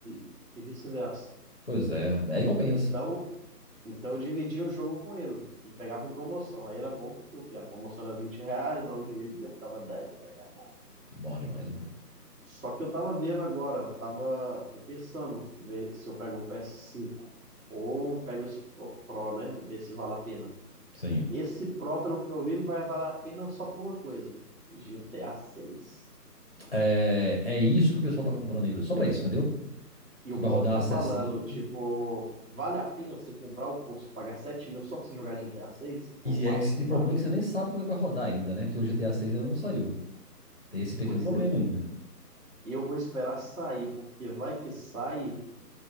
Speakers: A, on the right; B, on the left.
A: e e vice-versa.
B: pois é. Aí compensa.
A: Então, então eu dividia o jogo com ele e pegava em promoção. Aí era bom porque o que? era? A promoção era 20 reais, nós dividia, ficava 10, aí era bom.
B: Bom demais, né?
A: Só que eu tava vendo agora, eu tava, tô pensando ver se eu pego um PS5 ou pego esse Pro, Pro, né? Ver se vale a pena.
B: Sim.
A: Esse Pro, pelo que eu vi, ele vai valer a pena só por uma coisa: GTA 6.
B: É, é isso que o pessoal tá comprando ele. Só pra isso, entendeu?
A: E
B: Porque
A: o povo
B: vai rodar
A: tá
B: a 60.
A: falando, tipo, vale a pena você comprar o curso, pagar sete mil só pra você jogar GTA 6?
B: E,
A: Ou vale?
B: é, que- e o problema
A: Vale.
B: é que você nem sabe como é que vai rodar ainda, né? Porque o GTA 6 ainda não saiu. Tem esse pequeno
A: Pois
B: problema
A: é.
B: ainda.
A: Eu vou esperar sair, porque vai que sai,